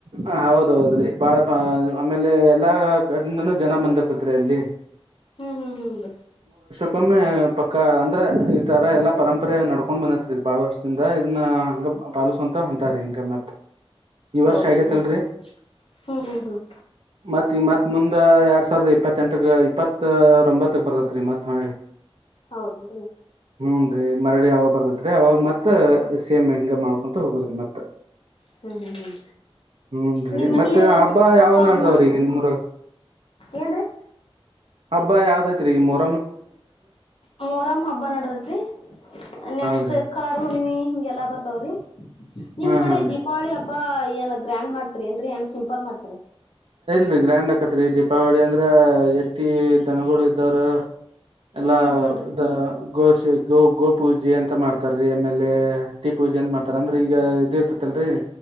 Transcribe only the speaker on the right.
ಹ ಹೌದೌದ್ರೀ ಬಾಳ ಆಮೇಲೆ ಎಲ್ಲಾ ಕಡ್ಡಿಂದನೂ ಜನ ಬಂದಿರ್ತಿತೇ ರಿ ಅಲ್ಲಿ
ಸುಮ್ಮೆ ಪಕ್ಕ ಅಂದ್ರೆ ಈ ತರ ಎಲ್ಲಾ ಪರಂಪರೆ ನಡ್ಕೊಂಡ್ ಬಂದತ್ರಿ ಇದು ಬಾಳ ವರ್ಷದಿಂದ ಇದನ್ನ ಹಂಗ ಪಾಲಿಸ ಕೊಂತ ಹೊಂಟಾರ ಹಿಂಗಮ್ಮತ್ ಈ ವರ್ಷ
ಆಗ ತ ಅಲ್ರೀ
ಮತ್ತೆ ಈಗ ಮತ್ತ ಮುಂದ ಎರಡ್ ಸಾವಿರದ ಇಪ್ಪತ್ತೆಂಟ ಇಪ್ಪತ್ತ ರೊಂಬತ್ತಕ್ ಬರ್ತೀತೆ ಮತ್ತತ್
ಹುನ್ರಿ ಮರಳಿ ಯಾವಾಗ ಬರ್ದತ್ರಿ ಅವಾಗ ಮತ್ತ ಸೇಮ್ ಹಿಂಗ ಮಾಡ್ಕೊಂತ ಹೋಗದ್ರಿ ಮತ್ತ
ಹ್ಮನ್ ರೀ
ಮತ್ತೆ ಹಬ್ಬ ಯಾವ
ನಡ್ದಾವ್ರ
ಈಗ ನಿಮುರಗ
ಹಬ್ಬಾ ಯಾವದೈತಿ ರಿ ಈಗ ಮೊ
ಹೌದ್ರಿ
ಹಾ
ಹಾ ರೀ
ರಿ ಗ್ರ್ಯಾಂಡ್ ಆಕೇತ್ರಿ ದೀಪಾವಳಿ ಅಂದ್ರ ಎತ್ತಿ ದನಗಳು ಇದ್ದವರು ಎಲ್ಲಾ
ದ ಗೋ ಗೋ ಗೋಪೂಜೆ ಅಂತ ಮಾಡ್ತಾರೀ ಆಮೇಲೆ ಟಿ ಪೂಜೆ ಅಂತ ಮಾಡ್ತಾರ ಅಂದ್ರೆ ಈಗ ಇದ ಇರ್ತಲ್ ರಿ